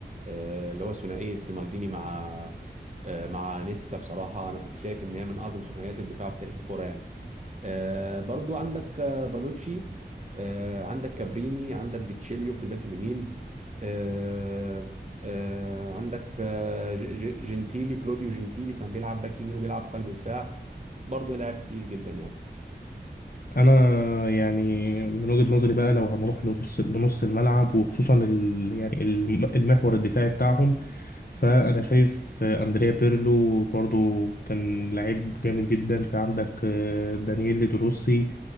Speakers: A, on the right; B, on the left.
A: آه، اللي هو ثنائيه مالديني مع آه، مع نيستا بصراحه انا كنت شايف ان هي من اعظم ثنائيات الدفاع في تاريخ الكره يعني آه، برضو عندك آه، بانوتشي آه، عندك كابريني عندك ديتشيليو في الباك اليمين آه، آه، عندك آه، ج- ج- جنتيلي كلوديو جنتيلي كان بيلعب باك يمين وبيلعب قلب دفاع برضو لاعب تقيل جدا يعني
B: انا يعني من وجهة نظري بقى لو هنروح لنص لنص الملعب وخصوصا ال يعني الم- المحور الدفاعي بتاعهم فانا شايف آه، اندريا بيرلو برضو كان لعيب جامد جدا في عندك آه، دانييل دروسي